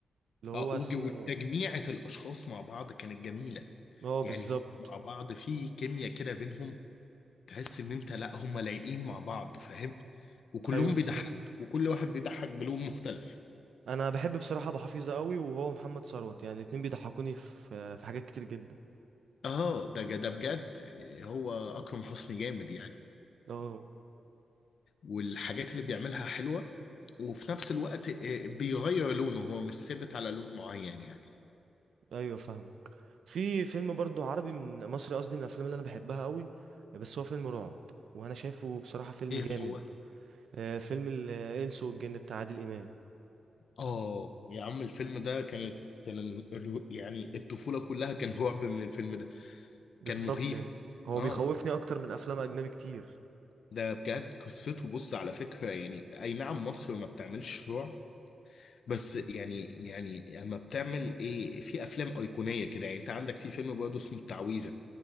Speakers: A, on the right (about 80°); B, on the left (about 70°).
A: اللي هو
B: اه وج-
A: اسمه
B: وتجميعة الاشخاص مع بعض كانت جميله
A: هو
B: يعني
A: بالظبط
B: هم مع بعض في كيمياء كده بينهم تحس ان انت لا هم لايقين مع بعض فاهم وكلهم
A: ايوه بالظبط
B: بيضحك وكل واحد بيضحك بلون مختلف
A: انا بحب بصراحة ابو حفيظة قوي وهو محمد ثروت يعني الاتنين بيضحكوني في في حاجات كتير جدا
B: اه ده ده بجد إيه، هو اكرم حسني جامد يعني
A: اه
B: والحاجات اللي بيعملها حلوة وفي نفس الوقت آه، بيغير لونه هو مش ثابت على لون معين يعني
A: ايوه فاهم في فيلم برضو عربي من مصري قصدي من الافلام اللي انا بحبها قوي بس هو فيلم رعب وانا شايفه بصراحة فيلم
B: ايه
A: جامد
B: هو
A: آه، فيلم ال- الانس والجن بتاع عادل امام
B: اه يا عم الفيلم ده كانت كان ال- ال- يعني الطفولة كلها كان <laughs> رعب من الفيلم ده
A: بالظبط
B: كان مخيف
A: يعني هو
B: اه
A: بيخوفني اكتر من افلام اجنبي كتير
B: ده بجد قصته بص على فكرة يعني اي نعم مصر ما بتعملش رعب بس يعني يعني اما بتعمل ايه في افلام ايقونيه كده يعني انت عندك في فيلم برضه اسمه التعويذه